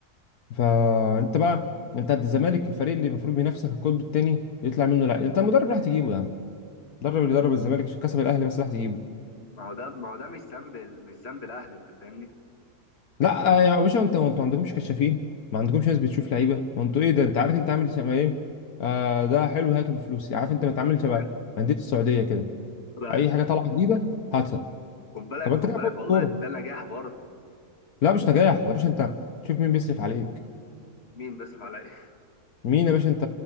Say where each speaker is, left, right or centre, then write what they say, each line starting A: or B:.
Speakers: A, on the left (about 75°); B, on the left (about 40°).
A: فانت بقى انت عند الزمالك الفريق اللي المفروض بينافسك القطب الثاني يطلع منه لا انت المدرب راح تجيبه يا عم المدرب اللي درب الزمالك عشان كسب الاهلي بس راح تجيبه
B: ما هو ده ما هو ده مش ذنب مش ذنب الاهلي انت فاهمني
A: لا آه، يا باشا انت انتوا ما عندكمش كشافين ما عندكمش ناس بتشوف لعيبه وانتوا ايه ده انت عارف انت عامل شبه ايه آه ده حلو هاته بفلوسي عارف انت بتعامل
B: <laughs>
A: شبه انديه السعوديه كده
B: ده-
A: اي حاجه طالعه جديده هاتها
B: خد بالك
A: طب انت
B: خد
A: كده
B: بالك
A: فوت
B: والله
A: الكوره
B: ده نجاح برضه
A: لا مش نجاح يا باشا انت شوف مين بيصرف عليك
B: مين بيصرف عليا <laughs>
A: مين يا باشا انت